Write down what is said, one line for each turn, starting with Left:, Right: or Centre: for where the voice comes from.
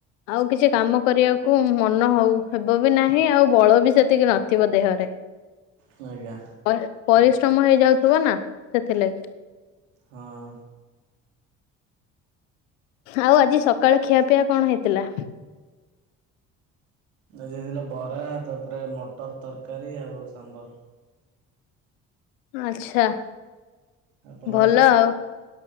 Left: ଆଉ କିଛି କାମ କରିବାକୁ ମନ ହଉ ହେବ ବି ନାହିଁ ଆଉ ବଳ ବି ସେତିକି ନଥିବ ଦେହରେ। ହ
Right: କରିବା
Left: ପରି ପରିଶ୍ରମ ହେଇଯାଉଥିବ ନା ସେଥିଲାଗି।
Right: ହଁ।
Left: ଆଉ ଆଜି ସକାଳେ ଖିଆପିଆ କଣ ହେଇଥିଲା?
Right: ଆଜି ହେଇଥିଲା ବରା ତାପରେ ମଟର ତରକାରୀ ଆଉ ସାମ୍ବର।
Left: ଆଛା
Right: ଆପଣଙ୍କର
Left: ଭଲ ଆଉ।